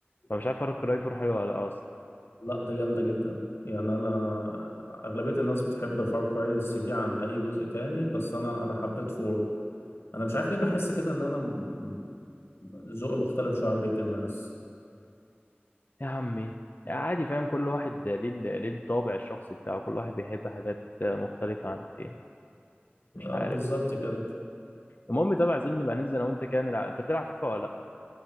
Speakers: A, on the left; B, on the left.
A: فمش عارف فار كراي 4 حلوه ولا لأ اصلا
B: لا ده جامدة جدا يعني انا اغلبية الناس بتحب فار كراي 3 عن اي جزء تاني بس انا انا حبيت 4 انا مش عارف ليه بحس كده ان انا م- ذوقي مختلف شوية عن بقية الناس
A: يا عمي عادي فاهم كل واحد ليه ال- ليه الطابع الشخصي بتاعه كل واحد بيحب حاجات مختلفه عن التاني مش
B: آه،
A: عارف
B: بالظبط كده
A: المهم طبعا عايزين نبقى ننزل انا وانت كده نلعب انت بتلعب فيفا ولا